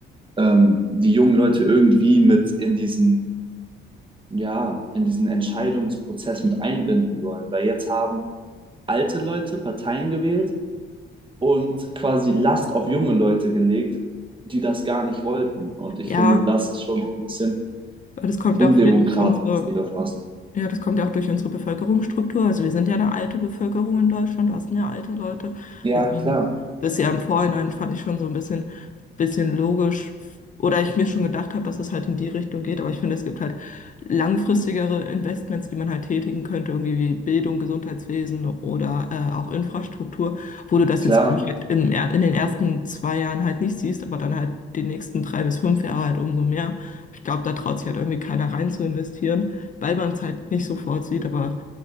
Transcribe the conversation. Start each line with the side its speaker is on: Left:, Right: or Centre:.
Right: ähm, die jungen Leute irgendwie mit in diesen, ja, in diesen Entscheidungsprozess mit einbinden sollen. Weil jetzt haben alte Leute Parteien gewählt und quasi Last auf junge Leute gelegt, die das gar nicht wollten. Und ich
Left: Ja,
Right: finde, das ist schon ein bisschen
Left: aber das kommt
Right: undemokratisch
Left: ja auch viel durch unsere,
Right: sogar fast.
Left: Ja, das kommt ja auch durch unsere Bevölkerungsstruktur. Also wir sind ja eine alte Bevölkerung in Deutschland, du hast mehr alte Leute.
Right: Ja,
Left: Deswegen,
Right: klar,
Left: das ja im Vorhinein fand ich schon so ein bisschen, bisschen logisch. Oder ich mir schon gedacht habe, dass es halt in die Richtung geht. Aber ich finde, es gibt halt langfristigere Investments, die man halt tätigen könnte, irgendwie wie Bildung, Gesundheitswesen oder äh, auch Infrastruktur, wo du das
Right: klar.
Left: jetzt glaub ich, halt im, er- in den ersten zwei Jahren halt nicht siehst, aber dann halt die nächsten drei bis fünf Jahre halt umso mehr. Ich glaube, da traut sich halt irgendwie keiner rein zu investieren weil man es halt nicht sofort sieht. Aber